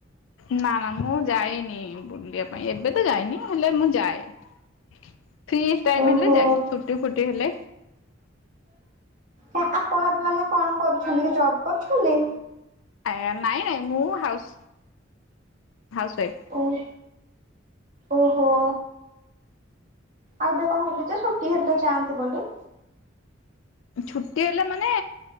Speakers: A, on the left; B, on the right.
A: ନା ନା ମୁଁ ଯାଇନି ବୁଲିବାପାଇଁ ଏବେ ତ ଯାଇନି। ହେଲେ ମୁଁ ଯାଏ। ଫ୍ରି ଟାଇମ୍
B: ଓହୋ।
A: ହେଲେ ଯାଏ। ଛୁଟି ଫୁଟି ହେଲେ
B: ତ ଆପଣ ଏବେ ମାନେ କଣ କରୁଛନ୍ତିକି? ଜବ୍ କରୁଛନ୍ତି।
A: ଆଜ୍ଞା ନାଇଁ ନାଇଁ ମୁଁ ହାଉସ୍ ହାଉସ୍ ୱାଇଫ୍।
B: ଓ ଓହୋ! ଆଉ ଏବେ କହିଲେ ଯେ ଛୁଟି ହେଲେ ଯାଆନ୍ତି ବୋଲି।
A: ଛୁଟି ହେଲେ ମାନେ